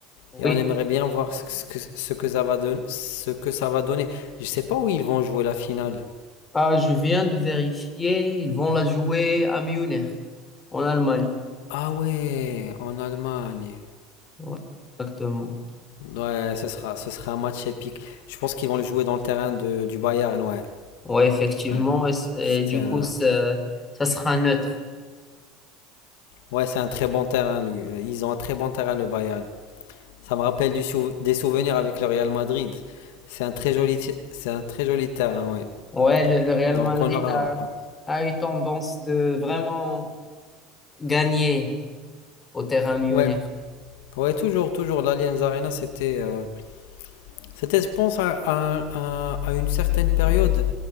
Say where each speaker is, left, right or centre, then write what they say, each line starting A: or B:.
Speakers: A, on the left (about 20°); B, on the left (about 80°).
A: Oui.
B: Et on aimerait bien voir ce que, ce que- ce que ça va don- ce que ça va donner. Je sais pas où ils vont jouer la finale.
A: Ah, je viens de vérifier. Ils vont la jouer à Munich, en Allemagne.
B: Ah ouais, en Allemagne.
A: Ouais, exactement.
B: Ouais, ce sera, ce sera un match épique. Je pense qu'ils vont le jouer dans le terrain de, du Bayern, ouais.
A: Ouais, effectivement.
B: Ouais,
A: Et, c- et
B: c'est
A: du
B: un,
A: coup, ça, ça sera neutre.
B: ouais, c'est un très bon terrain, lui. Euh, Ils ont un très bon terrain, le Bayern. Ça me rappelle du sou- des souvenirs avec le Real Madrid. C'est un très joli, ti- c'est un très joli terrain, ouais.
A: Ouais, le, le Real
B: Donc
A: Madrid
B: on aura,
A: a,
B: ouais.
A: a eu tendance de vraiment gagner au terrain Munich.
B: Ouais, Ouais, toujours, toujours. L'Allianz Arena, c'était, euh, c'était, je pense, à, à- à- à une certaine période,